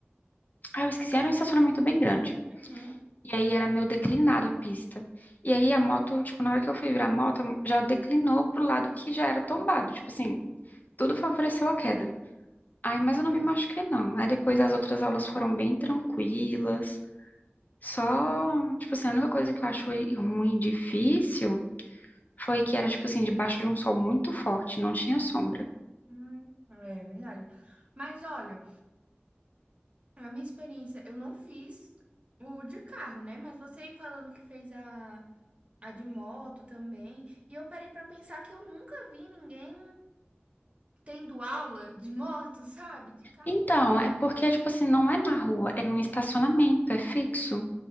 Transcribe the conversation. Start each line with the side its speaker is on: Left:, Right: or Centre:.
Left: ah, eu esqueci, era um estacionamento bem grande.
Right: Uhum.
Left: E aí era meio declinado a pista. E aí a moto, tipo, na hora que eu fui virar a moto, já declinou pro lado que já era tombado. Tipo assim, tudo favoreceu a queda. Aí, mas eu não me machuquei, não. Aí depois as outras aulas foram bem tranquilas. Só, tipo assim, a única coisa que eu acho ruim e difícil foi que era, tipo assim, debaixo de um sol muito forte, não tinha sombra.
Right: Hum, é verdade. Mas olha, a minha experiência, eu não fiz o de carro, né? Mas você aí falando que fez a, a de moto também. E eu parei pra pensar que eu nunca vi ninguém tendo aula de moto, <laughs> sabe? De carro
Left: Então,
Right: a gente.
Left: é porque, tipo assim, não é na rua, é num estacionamento, é fixo.